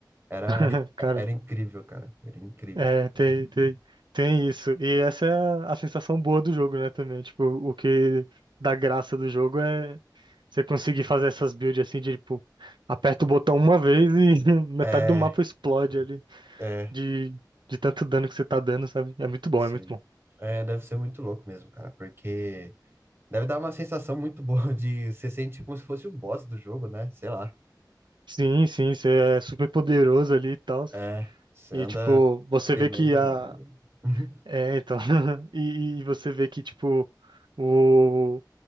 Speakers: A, on the right; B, on the right.
A: Era,
B: <laughs>
A: <laughs>
B: Cara.
A: era incrível, cara. Era incrível.
B: É, tem, tem, tem isso. E essa é a, a sensação boa do jogo, né, também. Tipo, o que dá graça do jogo é você conseguir fazer essas builds assim de, tipo, aperta o botão uma vez e <laughs> metade
A: É,
B: do mapa explode ali
A: é,
B: de, de tanto dano que você tá dando, sabe? É muito bom,
A: sim.
B: é muito bom.
A: É, deve ser muito louco mesmo, cara, porque deve dar uma sensação muito boa de você sente como se fosse o boss do jogo, né? Sei lá.
B: Sim, sim, você é super poderoso ali e tal.
A: É, você
B: E,
A: anda
B: tipo, você
A: temendo
B: vê que a...
A: nada. <laughs>
B: É, então... <laughs> e, e você vê que, tipo, o...